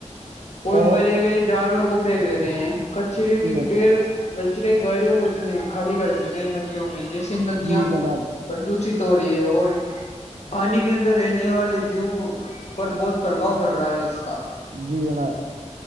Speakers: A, on the left; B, on the right.
A: کوئی
B: اور
A: مرے ہوئے جانور کو پھینک دیتے ہیں کچری
B: جی
A: کی
B: جناب
A: ڈھیر کچرے گاڑیوں کو اس میں خالی کر دیتے ہیں ندیوں میں جیسے ندیاں
B: جی جناب
A: پردوشت ہو رہی ہے اور پانی کے اندر رہنے والے جیوں پر بہت پرباؤ پڑ رہا ہے اس کا
B: جی جناب